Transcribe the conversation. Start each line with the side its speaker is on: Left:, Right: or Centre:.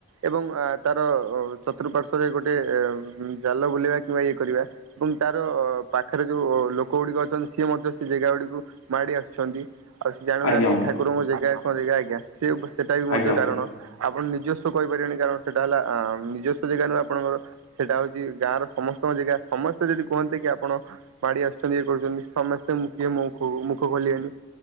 Right: ଏବଂ ଆ, ତାର ଅ, ଚତୁଃପାର୍ଶ୍ଵରେ ଗୋଟେ ଏ ଉଁ, ଜାଲ ବୁଲେଇବା କିମ୍ବା ଇଏ କରିବା। ଏବଂ ତାର ପାଖରେ ଯୋଉ ଲୋକ ଗୁଡିକ ଅଛନ୍ତି ସିଏ ମଧ୍ୟ ସେ ଜାଗା ଗୁଡିକୁ ମାଡ଼ି ଆସୁଛନ୍ତି। ଆଉ ସେ ଜାଣୁନାହାନ୍ତି
Left: ଆଜ୍ଞା ବନ୍ଧୁ
Right: କି ଠାକୁରଙ୍କ ଜାଗା କଣ ଜାଗା ଆଜ୍ଞା ସେ ସେଟା ବି
Left: ଆଜ୍ଞା
Right: ମଧ୍ୟ
Left: ବନ୍ଧୁ
Right: କାରଣ। ଆପଣ ନିଜସ୍ୱ କହିପାରିବେନି। କାରଣ ସେଟା ହେଲା ଅଁ, ନିଜସ୍ୱ ଜାଗା ନୁହଁ ଆପଣଙ୍କର। ସେଇଟା ହଉଚି ଗାଁ ର ସମସ୍ତଙ୍କ ଜାଗା। ସମସ୍ତେ ଯଦି କୁହନ୍ତି କି ଆପଣ ମାଡି ଆସୁଛନ୍ତି ଇଏ କରୁଛନ୍ତି ସମସ୍ତେ ମୁ କିଏ ମୋଖୁ ମୁଖ ଖୋଲିିବେନି।